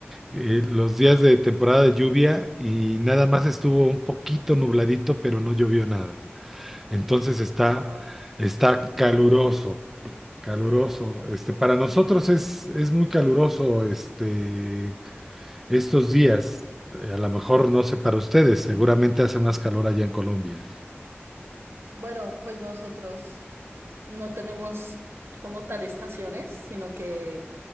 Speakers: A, in the centre; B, on the right.
A: eh, los días de temporada de lluvia y nada más estuvo un poquito nubladito, pero no llovió nada. Entonces está,
B: Wow.
A: está caluroso, caluroso. Este, para nosotros es, es muy caluroso, este. Estos días, eh, a lo mejor no sé para ustedes, seguramente hace más calor allá en Colombia.
B: Bueno, pues nosotros no tenemos como tal estaciones, sino que